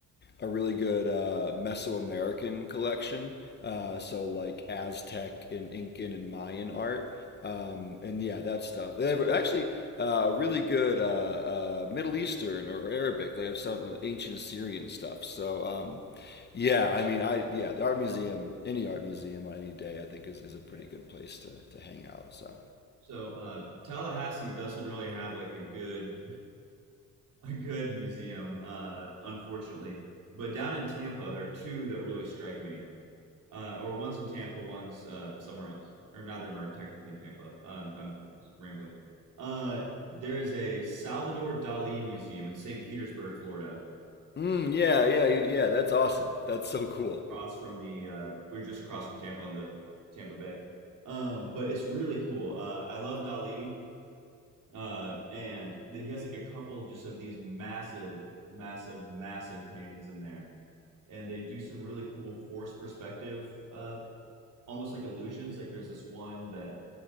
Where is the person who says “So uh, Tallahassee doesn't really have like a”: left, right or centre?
Right